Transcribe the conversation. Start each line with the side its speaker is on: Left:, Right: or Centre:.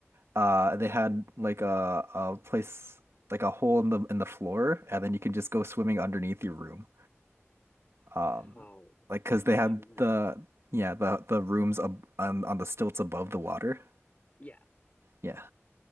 Right: uh, they had like a a place like a hole in the in the floor, and then you can just go swimming underneath your room. Um,
Left: Wow.
Right: like because they
Left: Oh
Right: had
Left: my goodness.
Right: the yeah the the rooms ab on on the stilts above the water.
Left: Yeah.
Right: Yeah,